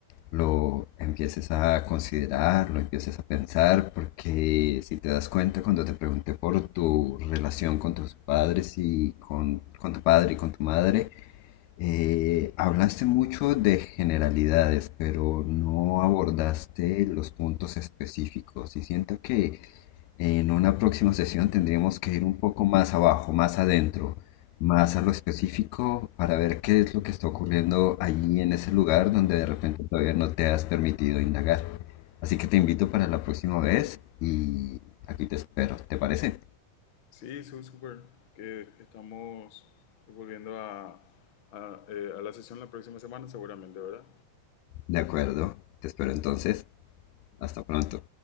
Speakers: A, on the left; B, on the left.
A: lo empieces a considerar, lo empieces a pensar, porque si te das cuenta cuando te pregunté por tu relación con tus padres y con, con tu padre y con tu madre, eh, hablaste mucho de generalidades, pero no abordaste los puntos específicos y siento que en una próxima sesión tendríamos que ir un poco más abajo, más adentro, más a lo específico para ver qué es lo que está ocurriendo allí en ese lugar donde de repente todavía no te has permitido indagar. Así que te invito para la próxima vez y aquí te espero, ¿te parece?
B: Sí, su- súper. Que estamos volviendo a, a, eh, a la sesión la próxima semana, seguramente, ¿verdad?
A: De acuerdo, te espero entonces. Hasta pronto.